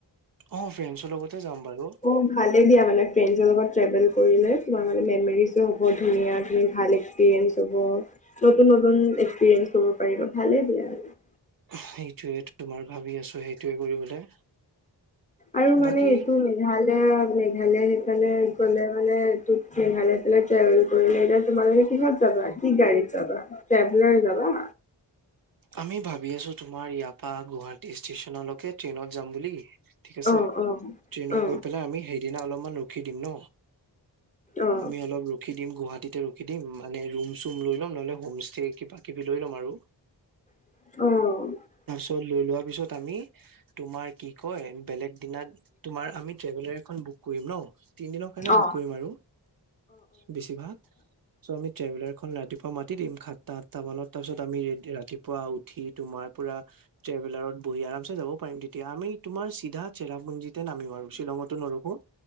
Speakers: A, on the right (about 50°); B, on the left (about 15°).
A: অ ফ্ৰেণ্ডছৰ লগতে যাম বাৰু
B: অ' ভালেই দিয়া মানে। ফ্ৰেণ্ডছৰ লগত ট্ৰেভেল কৰিলে তোমাৰ মানে মেম'ৰিছোঁ হ'ব ধুনীয়া তুমি ভাল এক্সপিৰিয়েঞ্চ হ'ব। নতুন নতুন এক্সপিৰিয়েন্ঞ্চ হব পাৰিব ভালেই দিয়ে আৰু।
A: সেইটোৱেইটো তোমাৰ ভাবি আছো, সেইটোৱেই কৰিবলে।
B: আৰু মানে
A: বাকী
B: এইটো মেঘালয়ত। মেঘালয় সেইফালে গ'লে মানে, তোক মেঘালয় ফালে ট্ৰেভেল কৰিলে, এতিয়া তোমালোকে কিহত যাবা। ৰাতি গাড়ীত যাবা। কেব লৈ যাবা।
A: আমি ভাবি আছো, তোমাৰ ইয়াৰ পৰা গুৱাহাটী ষ্টেচনলৈকে ট্ৰেইনত যাম বুলি। ঠিক আছে।
B: অ অ
A: ট্ৰেইনত
B: অ
A: গৈ পেলাই আমি সেইদিনা অলপমান ৰখি দিম ন।
B: অ
A: আমি অলপ ৰখি দিম, গুৱাহাটীতে ৰখি দিম মানে ৰুম। চুম লৈ ল'ম নহ'লে, হোম ষ্টে কিবা কিবি লৈ ল'ম আৰু।
B: অ',
A: ট'ল লৈ লোৱা পিছত আমি তোমাৰ কি কয় বেলেগ দিনাত তুমাৰ আমি ট্ৰেভেলাৰ এখন বুক কৰিম ন তিন দনৰ <unintelligible>
B: অ
A: বুক কৰিম আৰু বেছিভাগ স, আমি ট্ৰেভেলাৰ। খন ৰাতিপুৱা মাতি দিম। সাতটা আঠটা মান তাৰ পিছত আমি ৰাতিপুৱা উঠ উঠি তোমাৰ পুৰা, ট্ৰেভেলাৰত বহি আৰামচে যাবও পাৰিম তেতিয়া। আমি তোমাৰ চিধা চেৰাপুঞ্জীতে। নামি আৰু শ্বিলংতো নৰখো।